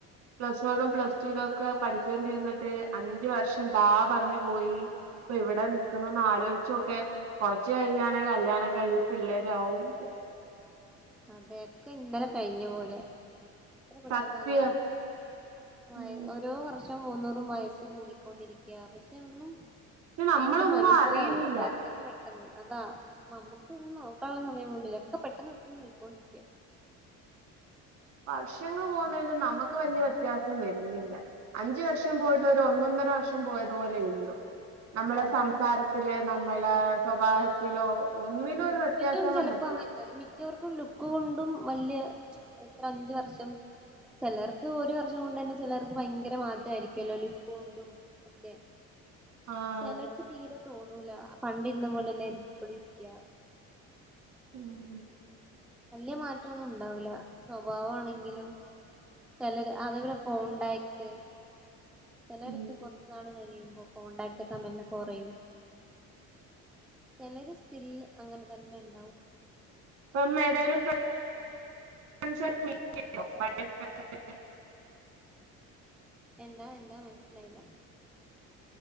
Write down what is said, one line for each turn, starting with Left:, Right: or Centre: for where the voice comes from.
Right: പ്ലസ് വണ്ണും പ്ലസ്ടുലൊക്കെ പഠിച്ചോണ്ടിരുന്നിട്ട് അഞ്ചു വർഷം ദാ പറഞ്ഞു പോയി ഇപ്പ ഇവടെ നിക്കുന്നു ഒന്നാലോയ്ച്ചോക്കെ കൊറച്ച് കഴിഞ്ഞാണെ കല്യാണം കഴിഞ്ഞ് പിള്ളേരാവും
Centre: അതെ ഒക്കെ ഇന്നലെ കഴിഞ്ഞ പോലെ. എത്ര പെട്ടന്നാല്ലേ
Right: സത്യം
Centre: പോയേ
Right: ഉം
Centre: ഓരോ വർഷ ഷം പോന്തോറും വയസ് കൂടിക്കൊണ്ടിരിക്ക പക്ഷേ ഒന്നും
Right: പക്ഷെ നമ്മളൊന്നും
Centre: അങ്ങോട്ട് മനസ്സിലാവുന്നില്ല
Right: അറിയുന്നില്ല
Centre: പെട്ടന്ന് പെട്ടന്ന് അതാ നമ്മക്ക് ഇതൊന്നും നോക്കാള്ള സമയം കൂടില്ല ഒക്കെ പെട്ടന്ന് പെ പൊയിക്കൊണ്ടിരിക്ക്യ
Right: വർഷങ്ങള് പോന്നേലും നമക്ക് വെല്ല്യ വ്യത്യാസം വരുന്നില്ല അഞ്ചു വർഷം പോയിട്ട് ഒരൊന്നൊന്നര വർഷം പോയത് പോലെ ള്ളു. നമ്മളെ
Centre: അതെ
Right: സംസാരത്തില് നമ്മളെ സ്വഭാവത്തിലോ ഒന്നിലും
Centre: ലുക്കിലും
Right: ഒരു വ്യത്യാസം
Centre: ചെലപ്പോ
Right: വന്നിട്ടില്ല
Centre: അങ്ങൻതെന്നെ മിക്കവർ ക്കും ലുക്ക് കൊണ്ടും വെല്യ എത്ര അഞ്ച് വർഷം ചെലർക്ക് ഒരു വർഷം കൊണ്ടെന്നെ ചെലർക്ക് ഭയങ്കര മാറ്റായിരിക്കുല്ലോ ലുക്ക് കൊണ്ടും ക്കെ
Right: ആഹ്
Centre: ചെലർക്ക് തീരെ തോന്നൂല്ല പണ്ടിര്ന്ന പോലെന്നെ ഇപ്പളിരി ക്യാ
Right: ഉം
Centre: വല്യ മാറ്റൊന്നുണ്ടാവൂല്ല സ്വഭാവാണെങ്കിലും ചെലര് അത്പോലെ കോൺണ്ടാ റ്റ് ചെലരൊക്കെ
Right: ഉം
Centre: കൊറച്ച് നാൾ കഴി ചെയ്യുമ്പോ കോൺടാക്റ്റൊക്കെ മെല്ലെ കൊറയും. ചെലര് സ്റ്റിൽ അങ്ങനെ തന്നെ ഇണ്ടാവും.
Right: <unintelligible> ഏതെലും ഫ്രഡ്സായിട്ട് മീറ്റെയ്യോ പഴെ ഫ്രഡ് <unintelligible>
Centre: എന്താ എന്താ മനസ്സിലായില്ല.